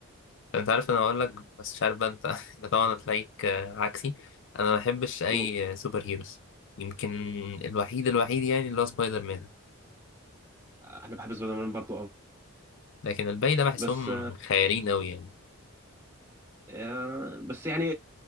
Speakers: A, on the left (about 55°); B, on the right (about 15°).
A: انت عارف انا هقول لك بس مش عارف بقى انت <laughs> انت طبعا هتلاقيك آه، عكسي انا ما بحبش اي
B: أوه.
A: آه، سوبر هيروز يمكن الوحيد الوحيد يعني اللي هو سبايدر مان
B: انا بحب سبايدر مان برضو قوي
A: لكن الباقي ده بحسهم
B: بس
A: خيالين قوي يعني
B: آه، بس يعني